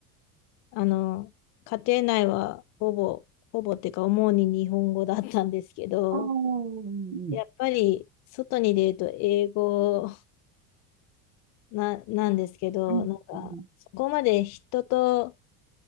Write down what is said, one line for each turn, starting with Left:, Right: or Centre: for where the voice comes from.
Left: あの、家庭内はほぼ、ほぼっていうか、主に日本語だったんですけど、
Right: ああ、うん、
Left: やっぱり外に出ると英語な、なんですけど、
Right: うん、
Left: なんか、
Right: うん、
Left: そこまで人と、